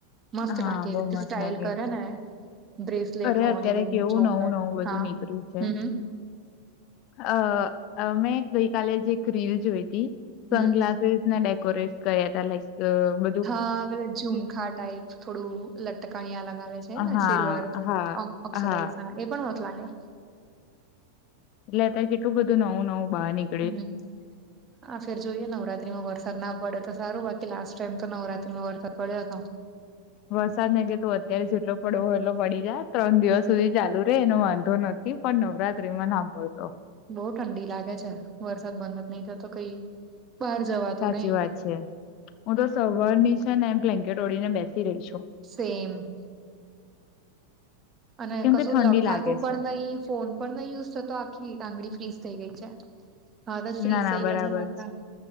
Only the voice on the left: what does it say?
હા
બહુ
મસ્ત
લાગે
અરે
અત્યારે કેવું
નવું નવું બધું
નીકળ્યું છે
અ મેં ગઈ કાલે જ એક રીલ જોઈ હતી સનગ્લાસ
ને ડેકોરેટ કર્યા તા લાઈક બ
હા
હા
હા
એટલે અત્યારે કેટલું બધું નવું નવું બાહર નીક-
વરસાદ ને કે તું અત્યારે જેટલી પડવો હોય એટલો પડી જા, ત્રણ દિવસ સુધી ચાલુ રે એનો વાંધો નથી પણ નવરાત્રીમાં ના પડતો.
સાચી
વાત છે. હું તો સવારની છે ને બ્લેન્કેટ ઓઢી ને બેસી રહી છું.
કેમ
કે ઠંડી
લાગે
છે
ના ના
બરાબર